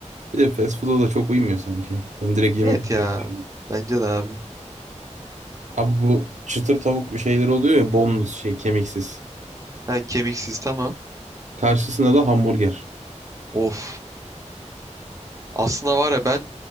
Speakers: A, on the right; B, on the right.
A: bir de fast food'a da çok uymuyor sanki. Ben direkt yemek
B: Evet
A: olarak
B: ya.
A: düşünüyorum.
B: Bence de abi.
A: Abi bu çıtır tavuk şeyleri oluyor ya boneless şey kemiksiz.
B: Ha, kemiksiz tamam.
A: Karşısında da hamburger.
B: Of. Aslında var ya ben